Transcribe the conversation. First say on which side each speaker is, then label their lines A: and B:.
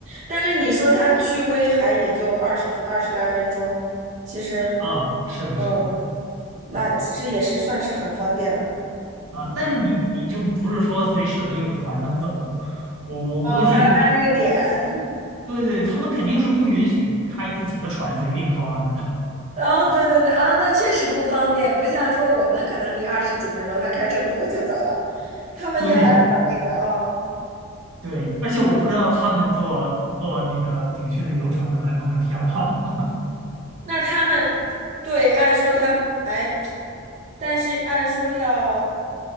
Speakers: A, on the right; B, on the right.
A: 但是你说它去威海也就二十二十来分钟，其实，
B: 啊，是的，
A: 嗯，
B: 是的。
A: 那其实也是算是很方便的了。
B: 啊啊！但是你你就不是说随时都有船能走，我我估计，
A: 哦，还要按那个点。<laughs>
B: 对对，他们肯定是不允许开自己的船随便靠岸的。
A: 哦，对对对，啊，那确实不方便，不像说我们可能离二十几分钟，那开车嘟就走了，他们就还要等那个哦。
B: <laughs> 对对，而且我不知道他们坐坐那个景区的游船买不买票哈、
A: 那他们对，按说他们，哎，但是按说要，